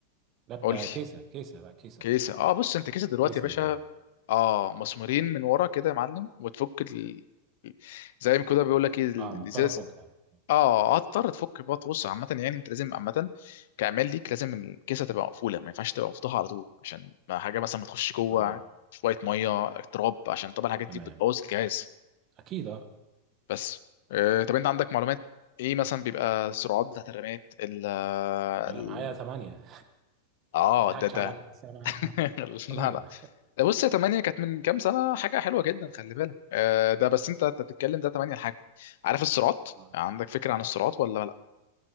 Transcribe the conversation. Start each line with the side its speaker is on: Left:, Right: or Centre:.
Right: لا بت-
Left: قول
Right: آه
Left: لي
Right: كيسة كيسة لا كيسة
Left: كيسة أه بص أنت كيسة دلوقتي
Right: كيسة
Left: يا باشا
Right: متجمعة
Left: أه مسمورين من ورا كده يا معلم وتفك ال... زي ما كده بيقول لك إيه ال-
Right: اه مضطر
Left: الإزاز
Right: أفكها
Left: أه هتضطر تفك بقى تبص عامة يعني أنت لازم عامة كعمال ليك لازم الكيسة تبقى مقفولة ما ينفعش تبقى مفتوحة على طول عشان ما حاجة مثلا ما تخش جوه
Right: اه
Left: شوية مية تراب عشان طبعا الحاجات
Right: تمام
Left: دي بتبوظ الجهاز
Right: أكيد اه
Left: بس آه، طب انت عندك معلومات ايه مثلا بيبقى السرعات بتاعت الرمات ال ال-
Right: انا معايا ثمانية
Left: اه
Right: ما تضحكش
Left: ده ده
Right: عليا بس انا معايا
Left: <laughs>
Right: ثم- ثمانية
Left: لا لا ده بص يا 8 كانت من كام سنه حاجه حلوه جدا خلي بالك آه، ده بس انت أنت بتتكلم ده 8 حاجه عارف السرعات
Right: اه
Left: عندك فكره عن
Right: لا
Left: السرعات ولا لا